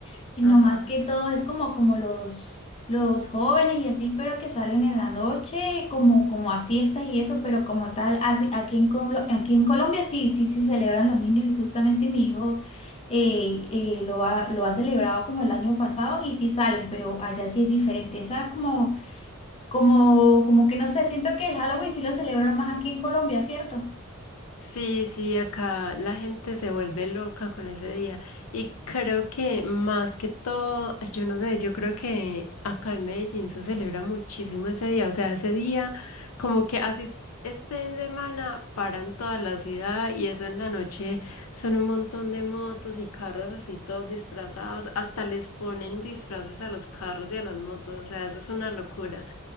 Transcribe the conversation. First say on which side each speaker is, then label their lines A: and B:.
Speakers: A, on the left (about 25°); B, on the left (about 80°).
A: sino
B: Ajá.
A: más que todo es como, como los, los jóvenes y así, pero que salen en la noche, como, como a fiestas y eso, pero como tal, así- aquí en, Colo- aquí en Colombia sí, sí, sí celebran los niños y justamente mi hijo eh, eh, lo ha, lo ha celebrado como el año pasado y sí salen, pero allá sí es diferente, esa como... Como, como que no sé, siento que el Halloween sí lo celebran más aquí en Colombia, ¿cierto?
B: Sí, sí, acá la gente se vuelve loca con ese día. Y creo que más que todo, ay, yo no sé, yo creo que acá en Medellín se celebra muchísimo ese día. O sea, ese día, como que así s- esté en semana, paran toda la ciudad y eso en la noche son un montón de motos y carros así todos disfrazados. Hasta les ponen disfraces a los carros y a las motos. O sea, eso es una locura.